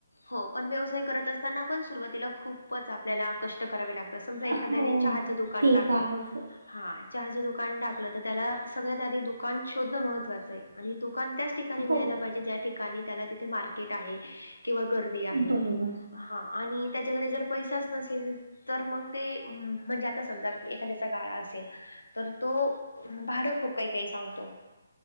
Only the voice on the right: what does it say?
हो
ते
तर आहेच.
हो
बरोबर.